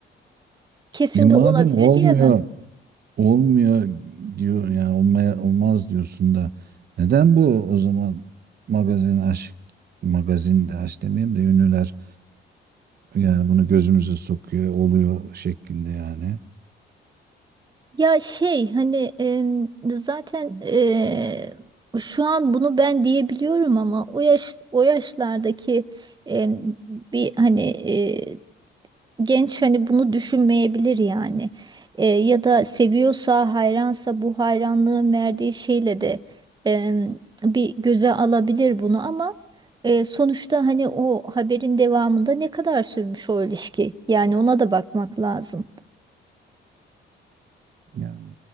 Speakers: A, on the right; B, on the right.
A: kesin
B: E madem
A: de olabilir
B: olmuyor,
A: diyemem.
B: olmuyor diyor yani olmaya olmaz diyorsun da neden bu o zaman magazin aşk magazin de aşk demeyeyim de ünlüler yani bunu gözümüze sokuyor oluyor şeklinde yani.
A: Ya şey hani em, zaten e, şu an bunu ben diyebiliyorum ama o yaş o yaşlardaki em, bir hani e, genç hani bunu düşünmeyebilir yani E, ya da seviyorsa hayransa bu hayranlığın verdiği şeyle de em, bir göze alabilir bunu ama e, sonuçta hani o haberin devamında ne kadar sürmüş o ilişki yani ona da bakmak lazım
B: Yani